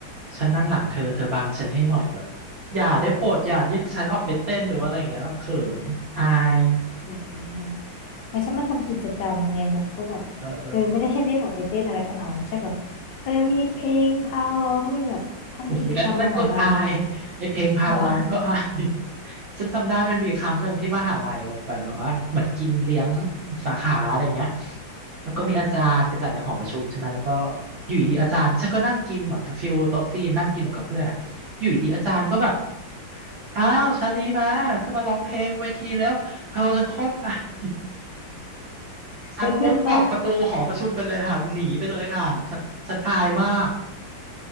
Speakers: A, on the right (about 80°); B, on the left (about 75°).
A: ฉันนั่งหลังเธอ เธอบังฉันให้หน่อยแบบอย่าได้โปรดอย่าเรียกฉันออกไปเต้นหรือว่าอะไรอย่างเงี้ยเขินอาย
B: อืม เพราะฉันมาทำกิจกรรมไงแบบก็แบบเออไม่ได้ให้เรียกออกไปเต้นอะไรขนาดนั้นแค่แบบเออมีเพลงพาร้องมีแบบทำกิจกรรมมหาลัยอะไรเงี้ย
A: เออเออโอ้โหนั่นนั่นก็อายไอเพลงพาร้องนี่ก็อาย
B: อ๋อเหรอ
A: ฉันจำได้มันมีครั้งหนึ่งที่มหาลัยมันเป็นแบบว่าเหมือนกินเลี้ยงสาขาอะไรเงี้ยแล้วก็มีอาจารย์ไปจัดในหอประชุมใช่ไหมแล้วก็
B: อืม
A: อยู่ดีๆอาจารย์ฉันก็นั่งกินเหมือนฟิลโต๊ะจีนนั่งกินอยู่กับเพื่อนอะอยู่ดีๆอาจารย์ก็แบบ อ้าวชาลีมาขึ้นมาร้องเพลงเวทีแล้วเธอฉันโคตรอายฉันมุดออกประตูหอประชุมไปเลยค่ะหนีไปเลยค่ะฉันฉันอายมาก
B: เออขึ้นปะ